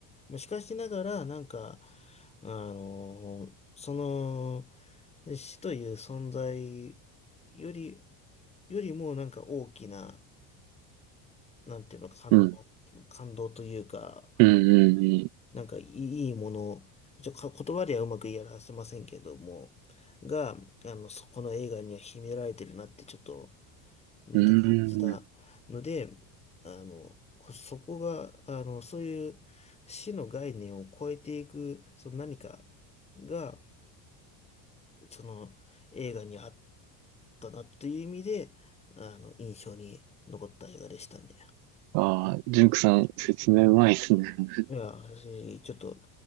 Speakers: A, on the left; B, on the right.
A: まあしかしながら、なんか、あのーその、死という存在より、よりもなんか大きな、なんていうの、感動、
B: うん
A: 感動というか、
B: うんうん
A: なんかいいいいもの、ちょ、か言葉ではうまく言い表せませんけども、が、あの、そこの映画には秘められてるなってちょっと見て感じたので、
B: うん。うーん。
A: あの、こそこが、あの、そういう死の概念を超えていく、その何かが、その映画にあったなという意味で、あの、印象に残った映画でしたね。
B: ああ、ジュンクさん、説明うまいっすね。<laughs>
A: いや、私、ちょっと、